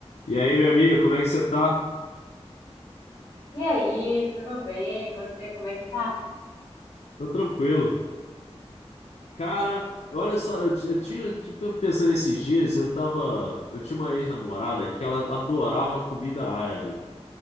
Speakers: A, on the left; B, on the left.
A: E aí, minha amiga, como é que você tá?
B: E aí, tudo bem? Você, como é que tá?
A: Tô tranquilo. Cara, olha só, eu, ti- eu tinha, tipo, pensando esses dias, eu tava, eu tinha uma ex-namorada que ela adorava comida árabe.